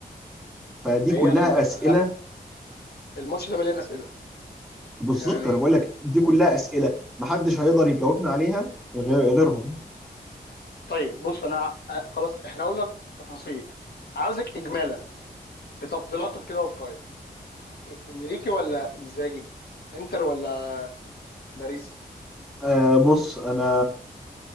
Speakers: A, in the centre; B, on the left.
A: فدي
B: هي
A: كلها
B: انا
A: اسئله
B: انا الماتش ده مليان اسئله
A: بالظبط
B: يعني
A: انا بقول لك دي كلها اسئله محدش هيقدر يجاوبنا عليها غير غيرهم
B: طيب بص انا ع- خلاص احنا قلنا تفاصيل عاوزك اجمالا في تفضيلاتك كده وفي رايك إ- انريكي ولا انزاجي انتر ولا باريس
A: آه بص انا